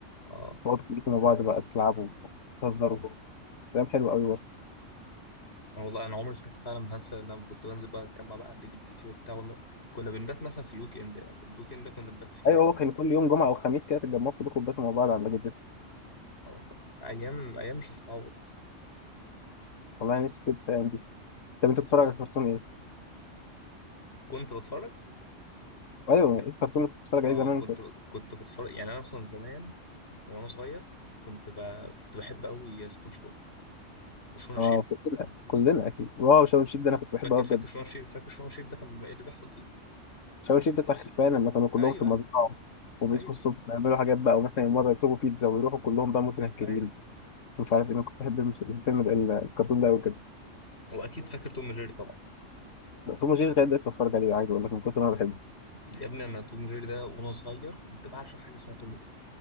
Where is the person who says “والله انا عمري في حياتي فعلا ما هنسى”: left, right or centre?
Left